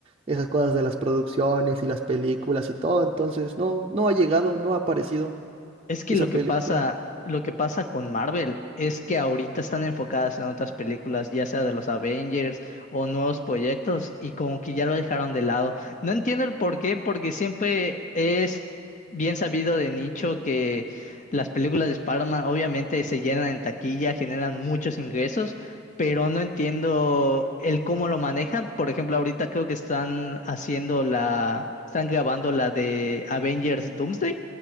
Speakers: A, on the right (about 30°); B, on the left (about 40°).
A: esas cosas de las producciones y las películas y todo. Entonces, no, no ha llegado, no ha aparecido
B: Es que
A: esa
B: lo que
A: película.
B: pasa, lo que pasa con Marvel es que ahorita están enfocadas en otras películas, ya sea de los Avengers o nuevos proyectos, y como que ya lo dejaron de lado. No entiendo el por qué, porque siempre es bien sabido de nicho que las películas de Spider-Man obviamente se llenan en taquilla, generan muchos ingresos, pero no entiendo el cómo lo manejan. Por ejemplo, ahorita creo que están haciendo la, están grabando la de Avengers Doomsday.